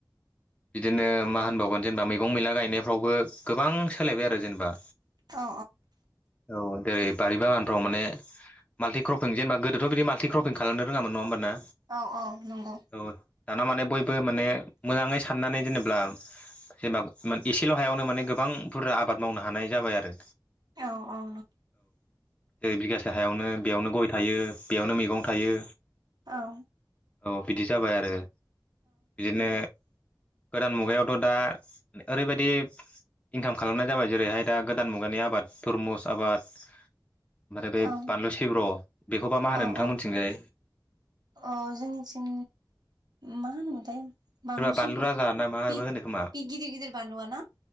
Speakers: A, on the left; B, on the right.
A: बिदिनो मा होनबावगोन जेनेबा मैगं मैला गायनायफ्रावबो गोबां सोलायबाय आरो जेनेबा
B: औ
A: औ देरै बारि बागानफ्राव माने माल्टिक्रपिं जेनबा गोदोथ' बिदि माल्टिक्रपिं खालामनो रोङामोन नङा होनबाना।
B: औ औ नंगौ
A: औ दाना माने बयबो माने मोजाङै साननानै जेनेब्ला जेनेबा एसेल' हायावनो माने गोबां बुरजा आबाद मावनो हानाय जाबाय आरो
B: औ औ
A: जेरै बिगासे हायावनो बेयावनो गय थायो बेयावनो मैगं थायो।
B: औ
A: औ बिदि जाबाय आरो बिदिनो गोदान मुगायावथ' दा ओरैबायदि इनकाम खालामनाय जाबाय जेरैहाय दा गोदान मुगानि आबाद तरमुस आबाद। ओमफ्राय बे
B: औ
A: बानलु सिब्र' बेखौबा मा होनो
B: औ
A: नोंथां
B: औ
A: मोनथिंजाय
B: अ जोंनिथिं मा होनोमोनथाय बानलु
A: सोरबा
B: सिब्रवा
A: राजा
B: ना
A: माबो होनो खोमा
B: बे गिदिर गिदिर बानलुवा ना?